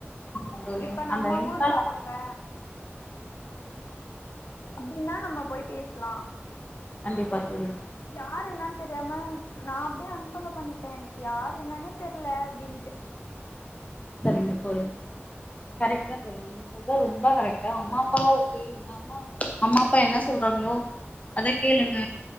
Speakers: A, on the left; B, on the left.
A: ஆமா தோழி
B: இப்ப நம்ம
A: அந்த இன்ஸ்டால
B: ஊர்க்காரவ்ங்க அப்டின்னா நம்ம போய் பேசலா
A: கண்டிப்பா தோழி
B: யார் என்னன் தெரியாம நா அப்டியே அன்ஃபாலோ பண்ட்டே எனக்கு யாரு என்னனே தெர்ல அப்டின்ட்டு
A: சரிங்க தோழி கரெக்ட் தா தோழி நீங்க செஞ்சது ரொம்ப கரெக்டா அம்மாப்பாவு கேளுங்க அம்மா அம்மாப்பா என்ன சொல்றாங்ளோ அத கேளுங்க